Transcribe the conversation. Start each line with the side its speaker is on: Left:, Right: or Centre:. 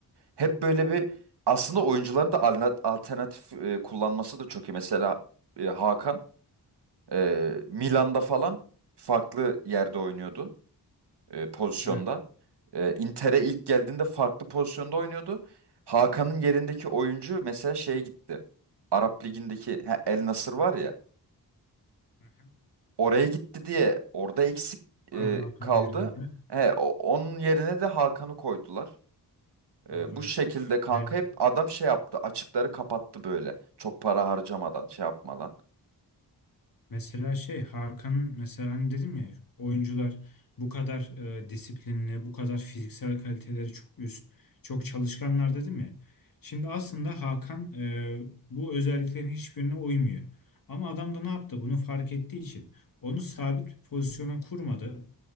Right: Hep böyle bir aslında oyuncuların da alna- alternatif e, kullanması da çok iyi. Mesela e, Hakan ee, Milan'da falan farklı yerde oynuyordu e, pozisyonda.
Left: Evet.
Right: Ee, Inter'e ilk geldiğinde farklı pozisyonda oynuyordu. Hakan'ın yerindeki oyuncu mesela şeye gitti. Arap Ligi'ndeki ha, El Nasır var ya.
Left: evet.
Right: Oraya gitti diye orada eksik
Left: Arda
Right: e,
Left: Hakan
Right: kaldı.
Left: yerinde.
Right: He, o- onun yerine de Hakan'ı koydular. E,
Left: Doğru evet.
Right: bu şekilde kanka
Left: Yani.
Right: hep adam şey yaptı. Açıkları kapattı böyle. Çok para harcamadan, şey yapmadan.
Left: Mesela şey Hakan mesela hani dedim ya oyuncular bu kadar e, disiplinli, bu kadar fiziksel kaliteleri çok üst, çok çalışkanlar dedim ya. Şimdi aslında Hakan e, bu özelliklerin hiçbirine uymuyor. Ama adam da ne yaptı? Bunu fark ettiği için onu sabit pozisyona kurmadı.